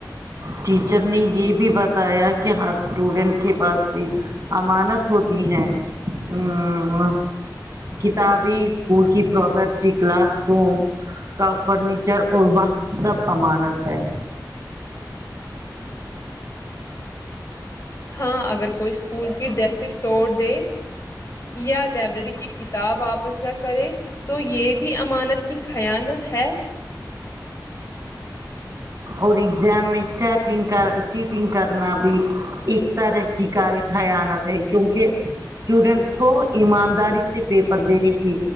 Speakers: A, on the right; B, on the left.
A: ٹیچر نے یہ بھی بتایا کہ ہات اسٹوڈنٹ کے پاس بھی امانت ہوتی ہیں ہ کتابیں اسکول کی پراپرٹی کلاس روم کا فرنیچر اور وقت سب امانت ہے
B: ہاں اگر کوئی اسکول کی ڈیسک توڑ دے یا لائبریری کی کتاب واپس نہ کریں تو یہ بھی امانت کی خیانت ہے
A: اور ایگزام میں چیٹنگ کر چیٹنگ کرنا بھی ایک ترحی کی کا خیانت ہے کیونکہ <unintelligible> اسٹوڈنٹس کو ایمانداری سے پیپر دینے کی